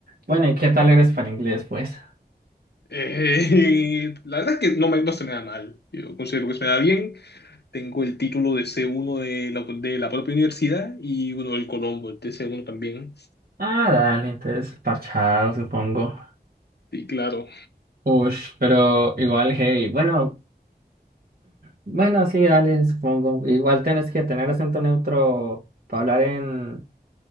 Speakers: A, on the right; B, on the left.
A: bueno, ¿y qué tal eres para inglés, pues?
B: Eh, la verdad es que no, me, no se me da mal. Yo considero que se me da bien. Tengo el título de C1 de la, de la propia universidad y uno del Colombo, el de C1 también.
A: Ah, dale, entonces parchado, supongo.
B: Sí, claro.
A: Uy, pero igual, hey, bueno, bueno, sí, dale, supongo. Igual tienes que tener acento neutro para hablar en,